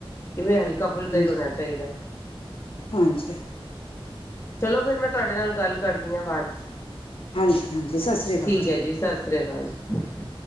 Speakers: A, on the left; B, on the left.
A: ਜਿਵੇਂ ਹਲਕਾ ਫੁਲਕਾ
B: ਹਾਂਜੀ
A: ਹੀ ਹੋਣਾ ਚਾਹੀਦਾ ਹੈ।
B: ਹਾਂਜੀ।
A: ਚਲੋ ਫਿਰ ਮੈਂ ਤੁਹਾਡੇ ਨਾਲ ਗੱਲ ਕਰਦੀ ਹਾਂ ਬਾਅਦ ਚ
B: ਹਾਂਜੀ ਹਾਂਜੀ ਸਤਿ ਸ਼੍ਰੀ ਅਕਾਲ
A: ਠੀਕ ਹੈ ਜੀ ਸਤਿ ਸ਼੍ਰੀ ਅਕਾਲ ਜੀ